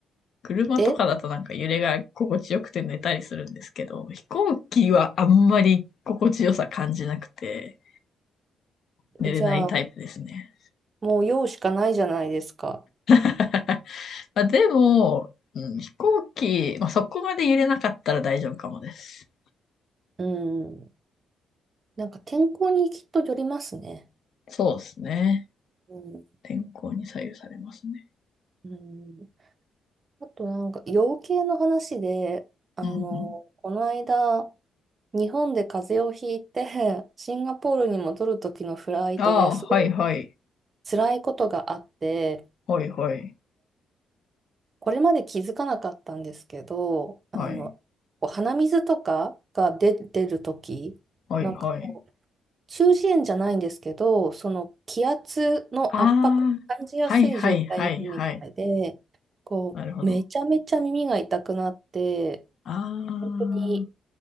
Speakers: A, on the left; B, on the right.
A: 車とかだとなんか揺れが心地よくて寝たりするんですけど、
B: え
A: 飛行機はあんまり心地よさ感じなくて寝れないタイプですね。
B: じゃあ、もう用しかないじゃないですか。
A: <laughs> まあ、でも、うん、飛行機、まあ、そこまで揺れなかったら大丈夫かもです。
B: うん。なんか天候にきっとよりますね。
A: そうですね。
B: うん。
A: 天候に左右されますね。
B: うん、あとなんか養鶏の話で、あの、
A: うんうん。
B: この間、日本で風邪をひいて、<laughs> シンガポールに戻る時のフライトですごい
A: ああ、はいはい。
B: 辛いことがあって、
A: はいはい。
B: これまで気づかなかったんですけど、あの、
A: はい。
B: こう鼻水とかが出、出る時なんか
A: はいはい。
B: 中耳炎じゃないんですけど、その気圧の圧迫を感じやすい状態になるみたいで、
A: ああ、はいはいはいはい。
B: こう、
A: なるほど。
B: めちゃめちゃ耳が痛くなって、
A: ああ、
B: 本当に